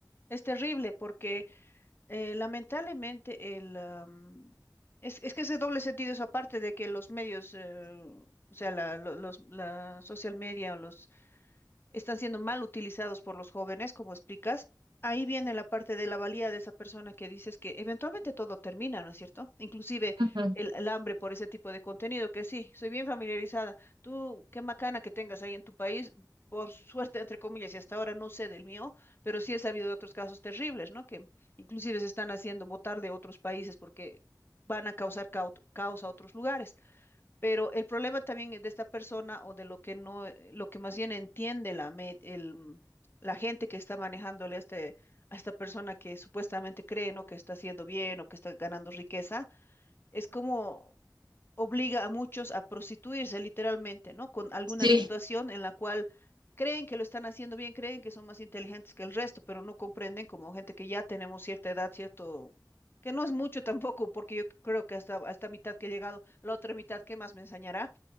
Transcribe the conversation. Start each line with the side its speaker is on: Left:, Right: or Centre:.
Left: es terrible porque eh, lamentablemente el, am, es, es que ese doble sentido, eso aparte de que los medios, eh, o sea, la, lo- los, la social media, o los están siendo mal utilizados por los jóvenes, como explicas. Ahí viene la parte de la valía de esa persona que dices que eventualmente todo termina, ¿no es cierto? Inclusive
Right: Uh -huh.
Left: el, el hambre por ese tipo de contenido, que sí, soy bien familiarizada. Tú, qué macana que tengas ahí en tu país, por suerte, entre comillas, y hasta ahora no sé del mío, pero sí he sabido de otros casos terribles, ¿no? Que inclusive se están haciendo votar de otros países porque van a causar cau- caos a otros lugares. Pero el problema también es de esta persona o de lo que no, eh, lo que más bien entiende la, me- el, la gente que está manejándole a, este, a esta persona que supuestamente cree, ¿no? que está haciendo bien o que está ganando riqueza, es como obliga a muchos a prostituirse literalmente, ¿no? Con alguna
Right: Sí.
Left: Sí. situación en la cual creen que lo están haciendo bien, creen que son más inteligentes que el resto, pero no comprenden como gente que ya tenemos cierta edad, cierto, que no es mucho tampoco, porque yo creo que hasta, hasta mitad que he llegado, la otra mitad, ¿qué más me enseñará